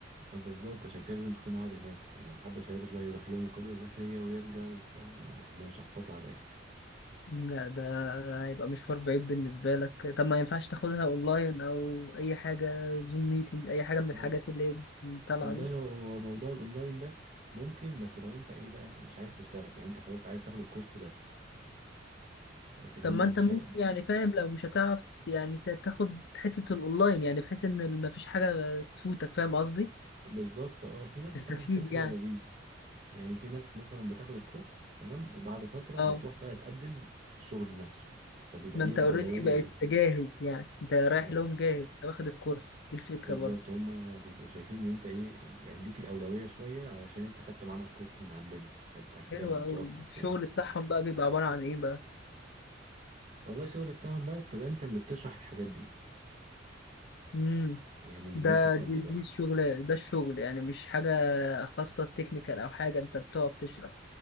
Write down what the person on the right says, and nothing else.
آه، بالظبط عشان كده لازم تكون قاعد هناك فمحدش هيقدر بقى يروح لهم قرية ذكية ويرجع وبتاع لا، احنا شحططة على الآخر
وال-
والله
هو موضوع الأونلاين ده ممكن بس لو أنت إيه بقى مش عايز تشتغل يعني أنت خلاص عايز تاخد الكورس بس لكن
هما
بتا...
بالظبط اه في ناس
بتعمل فكرة
لذيذة يعني في ناس مثلا بتاخد الكورس تمام وبعد فترة
بتروح بقى تقدم في الشغل نفسه فبيبقى
ليهم
أولوية
يعني
اه
بالظبط
هما بيبقوا شايفين ان انت ايه يعني ليك الاولويه شويه علشان انت خدت معانا الكورس من عندنا فانت كده
متوثق
يعني
آه.
والله الشغل بتاعهم بقى بتبقى انت اللي بتشرح الحاجات دي
يعني للناس
التانية
بقى